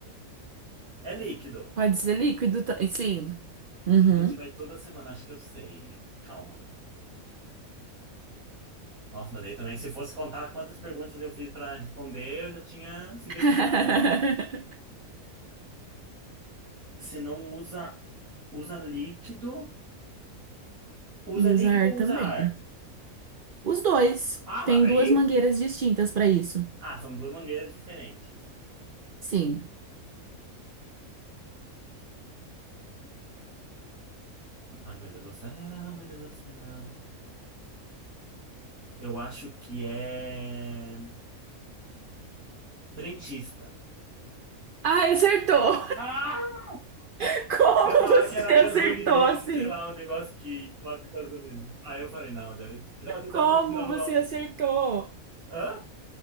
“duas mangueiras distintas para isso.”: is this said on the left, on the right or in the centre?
Right